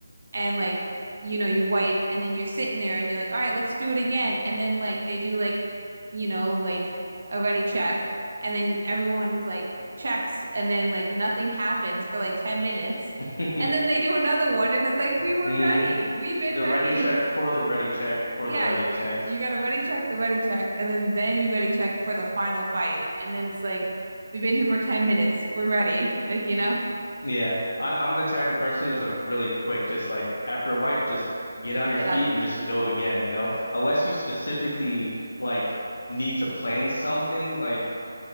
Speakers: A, on the right; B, on the left.
A: and like you know you wipe and then you're sitting there and you're like all right let's do it again and then like they do like you know like a ready check and then everyone's like checks and then like nothing happens for like 10 minutes
B: <laughs>
A: and then they do another one and it's like we were
B: hmm
A: ready we've been
B: The
A: ready
B: ready check for the ready check for
A: yeah
B: the ready check.
A: you got to ready check the ready check and then then you ready check for the final fight and then it's like we've been here for 10 minutes we're ready like you know
B: Yeah, I, I'm the type of person who's like really quick, just like after a wipe, just get on your
A: get
B: feet
A: up
B: and just go again, you know? Unless you specifically like need to plan something, like